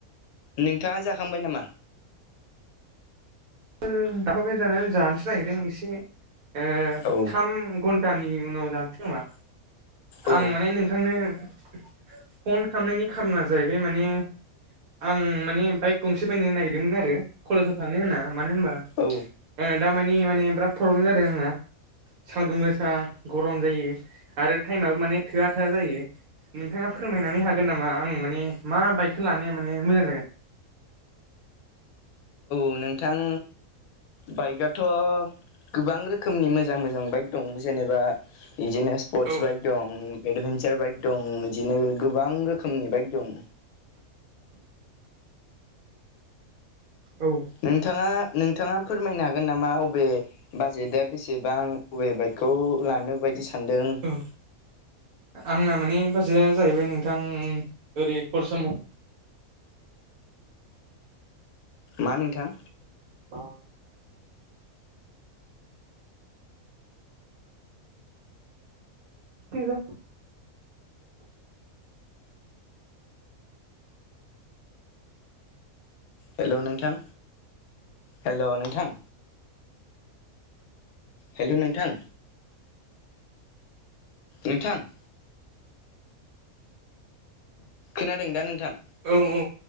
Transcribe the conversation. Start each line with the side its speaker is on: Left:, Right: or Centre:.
Left: नोंथाङा जाखांबाय नामा?
Right: ओ जाथ'आखै जानायालाय जानोसो नागिरदों एसे ओ
Left: औ
Right: थाम घन्ट टानि उनाव जानोसै खोमा
Left: औ
Right: आं माने नोंथांनो फन खामनायनि खारना जाहैबाय माने आं माने बाइक गंसे बायनो नागिरदोंमोन आरो कलेजाव थांनो होनना। मानो होनबा
Left: औ
Right: ओ दामायनि माने बिराद प्रब्लेम जादों आंना। सान्दुं गोसा गरम जायो आरो टाइमाबो माने थोआ थोआ जायो। नोंथाङा फोरमायनानै हागोन नामा आं माने मा बाइकखौ लानाया माने मोजां जागोन?
Left: औ नोंथां। बाइकआथ' गोबां रोखोमनि मोजां मोजां बाइक दं जेनेबा इदिनो सपर्टस
Right: औ
Left: बाइक दं एडभेन्चार बाइक दं। दिनो गोबां रोखोमनि बाइक दं।
Right: औ
Left: नोंथाङा नोंथाङा फोरमायनो हागोन नामा अबे बाजेटआ बेसेबां अबे बाइकखौ लानो बायदि सानदों?
Right: औ आंना माने बाजेटआ जाहैबाय नोंथां ओरै खर समाव
Left: मा नोंथां?
Right: <inaudible> <inaudible>
Left: हेल' नोंथां हेल' नोंथां। हेल' नोंथां नोंथां। खोनादों दा नोंथां?
Right: औ औ